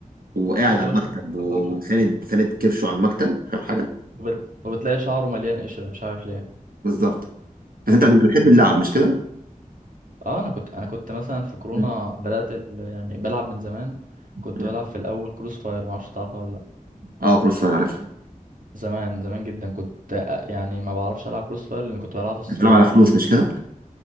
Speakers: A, on the right (about 85°); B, on the right (about 65°).
A: وقاعد
B: كنت
A: على
B: بشوف
A: المكتب و-
B: كنت بشوف
A: وساند ساند كرشه على المكتب فاهم حاجه
B: وبت... وبتلاقي شعره مليان قشرة مش عارف ليه
A: بالظبط بس انت انت بتحب اللعب مش كده؟
B: اه انا كنت انا كنت مثلا في كورونا
A: مم.
B: بدأت ال... يعني بلعب من زمان
A: مم.
B: كنت بلعب في الاول كروس فاير ما اعرفش تعرفها ولا لا
A: اه كروس فاير عارفها
B: زمان زمان جدا كنت آه، يعني ما بعرفش العب كروس فاير لان كنت بلعب في السايبر
A: بتلعب على فلوس مش كده؟